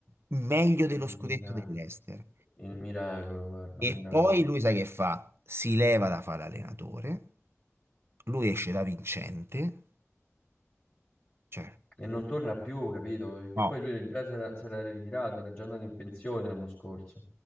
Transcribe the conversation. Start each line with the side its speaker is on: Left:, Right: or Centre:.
Right: meglio dello
Left: il Milan.
Right: scudetto dell'Ester
Left: Il miracolo, guarda,
Right: e
Left: un miracolo.
Right: poi lui sai che fa? Si leva da fare l'allenatore, lui esce da vincente, cioè,
Left: E non torna più, capito? Perché
Right: no.
Left: poi lui già si era, si era ritirato, era già andato in pensione l'anno scorso.